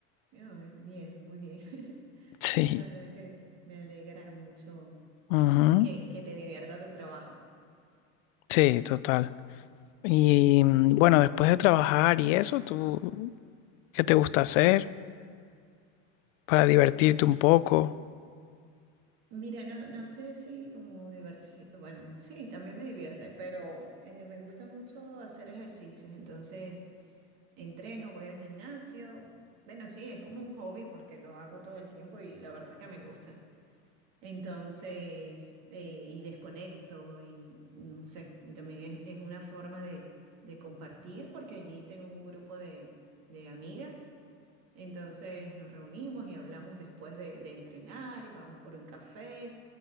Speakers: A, on the right; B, on the left.
A: Ay, bien, muy bien. <laughs>
B: Sí.
A: La verdad que me alegra mucho
B: Ujú.
A: que, que te divierta tu trabajo.
B: Sí, total. Y mm, bueno, después de trabajar y eso, ¿tú qué te gusta hacer para divertirte un poco?
A: Mira, no, no sé si como diversión, bueno, sí, también me divierte, pero eh, me gusta mucho hacer ejercicios, entonces entreno, voy al gimnasio, bueno, sí, es como un hobby porque lo hago todo el tiempo y la verdad que me gusta. Entonces, eh, y desconecto y no sé, y también es, es una forma de, de compartir porque allí tengo un grupo de, de amigas entonces nos reunimos y hablamos después de, de entrenar y vamos por un café,